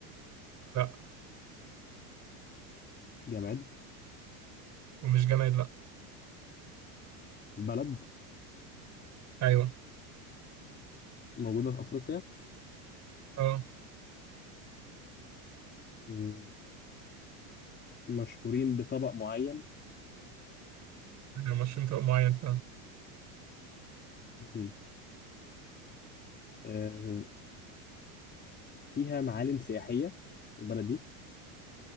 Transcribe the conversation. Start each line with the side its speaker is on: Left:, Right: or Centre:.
Right: لا
Left: جماد
Right: ومش جماد لا
Left: بلد
Right: ايوه
Left: موجودة في أفريقيا
Right: اه
Left: مم. مشهورين بطبق معين
Right: آه، مشروم طبق معين فعلا
Left: مم. آه فيها معالم سياحية البلد دي